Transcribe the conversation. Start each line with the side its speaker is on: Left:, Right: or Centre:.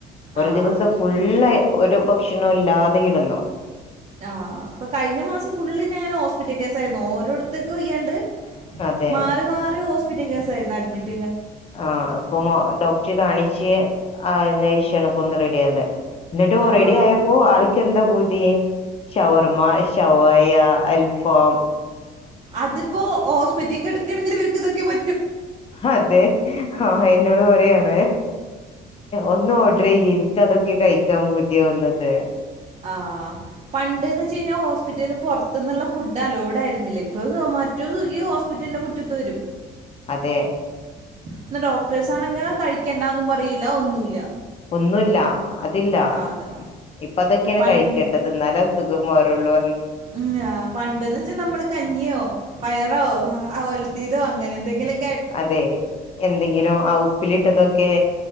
Left: ഒരു
Right: ആ
Left: ദിവസം
Right: ഇപ്പോ
Left: ഫുള്ളായി ഒരു ഭക്ഷണം ഇല്ലാതെ കിടന്നു
Right: ആ അപ്പൊ കഴിഞ്ഞ മാസം ഫുള്ള് ഞൻ ഹോസ്പി ഹോസ്പിറ്റൽ കേസായിരുന്നു ഓരോ ഓരോരുത്തർക്ക് വയ്യാണ്ട്
Left: അതെ
Right: മാറി മാറി ഹോസ് ഹോസ്പിറ്റൽ കേസാരുന്നു അഡ്മിറ്റ്
Left: ആ ഇപ്പൊ ഡോക്ടർ കാണിച്ച് ആ നപ്പൊന്നു റെഡിയായത് എന്നിട്ട്
Right: ആഹ്
Left: റെഡി ആയപ്പോ ആള്ക്ക് എന്താ പൂതി ഷവർമ്മ ഷവായ അൽ ഫാം
Right: അതിപ്പോൾ ഹോസ് ഹോസ്പിറ്റൽ കിടക്കണെങ്കിൽ ഇവർക്ക് ഇതൊക്ക പ
Left: അതെ ആഹ് എന്നോട് പറയാണ് ഒന്ന് ഓഡർ ചെയ്യു എനിക്ക് അതൊക്കെയാണ് കഴിക്കാൻ പൂതിയാവുന്നത്
Right: ആഹ് പണ്ട്ന്ന് വെച്ച കഴിഞ്ഞാൽ ഹോസ്പിറ്റലിൽ നിന്ന് പുറത്തുനിന്നുള്ള ഫുഡ് അലോഡ് ആയിരുന്നില്ല ഇപ്പൊ സെമാറ്റോ സിഗ്ഗി ഹോസ്പിറ്റലിന്റെ മുറ്റത്ത് വരും
Left: അതെ
Right: എന്ന ഡോക്ടേഴ്സ് ആണെങ്ങിൽ കഴിക്കണ്ടന്നും പറൂല ഒന്നും ഇല്ല
Left: ഒന്നുമില്ല അതില്ല
Right: അതെ
Left: ഇപ്പ അതൊക്കെയാണ്
Right: പണ്ട്
Left: കഴിക്കേണ്ടത് എന്നാല് അസുഖം മാറുള്ളു
Right: ഉം പണ്ടന്ന് വെച്ചാ നമ്മള് കഞ്ഞിയോ പയർ റോ ആ ഒലത്തീതോ അങ്ങനെ എന്തെങ്കിലും
Left: അതെ എന്തെങ്കിലും ആ ഉപ്പിലിട്ടതൊക്കെ